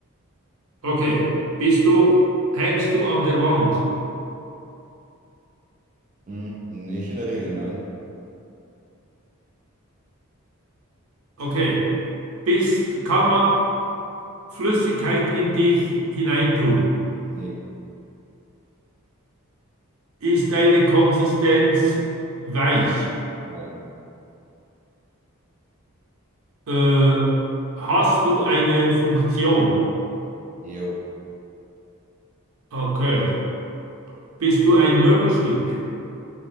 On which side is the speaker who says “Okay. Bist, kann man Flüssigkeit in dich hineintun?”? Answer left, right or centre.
Right